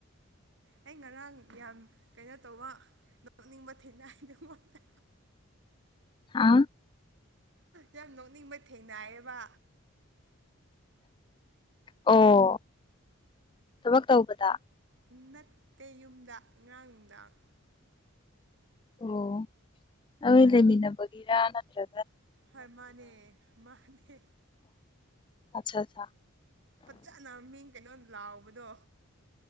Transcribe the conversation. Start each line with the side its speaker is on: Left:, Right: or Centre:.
Right: ꯑꯩ ꯉꯔꯥꯡ ꯌꯥꯝ ꯀꯩꯅꯣ ꯇꯧꯕ ꯅꯣꯛꯅꯤꯡꯕ ꯊꯦꯡꯅꯗꯨꯃꯛꯇ
Left: ꯑꯥꯡ
Right: ꯌꯥꯝ ꯅꯣꯛꯅꯤꯡꯕ ꯊꯦꯡꯅꯌꯦꯕ
Left: ꯑꯣ ꯊꯕꯛ ꯇꯧꯕꯗ
Right: ꯅꯠꯇꯦ ꯌꯨꯝꯗ ꯉꯔꯥꯡ ꯅꯨꯡꯗꯥꯡ
Left: ꯑꯣ ꯑꯎ ꯂꯩ ꯃꯤꯅꯥꯕꯒꯤꯔꯥ ꯅꯠꯇ꯭ꯔ
Right: ꯍꯣꯏ ꯃꯥꯅꯦ ꯃꯥꯅꯦ
Left: ꯑꯁꯥ ꯑꯁꯥ
Right: ꯐꯖꯅ ꯃꯤꯡ ꯀꯩꯅꯣ ꯂꯥꯎꯕꯗꯣ